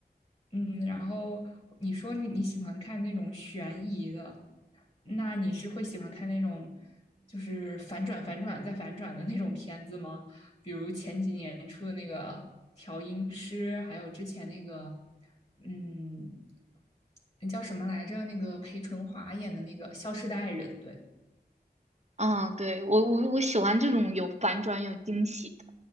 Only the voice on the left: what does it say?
嗯，然后你说你你喜欢看那种悬疑的，那你是会喜欢看那种就是反转、反转再反转的那种片子吗？比如前几年出的那个《调音师》，还有之前那个，嗯，那叫什么来着？那个裴淳华演的那个《消失的爱人》，对。